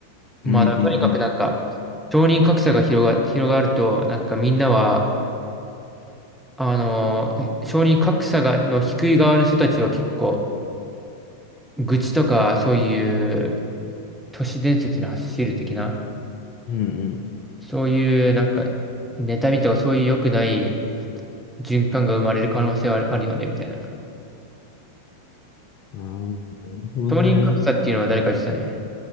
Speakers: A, in the centre; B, on the left.
A: まあとにかくなんか
B: うんうん
A: 承認格差が広が、広がると、なんかみんなは、あのー、承認格差が、の低い側の人たちは結構、愚痴とか、そういう都市伝説に走る的な、
B: うん。うん
A: そういうなんか、妬みとかそういう良くない循環が生まれる可能性はある、あるよね、みたいな。
B: うん。ああ、なるほどね。
A: 承認格差っていうのは誰か言ってたね。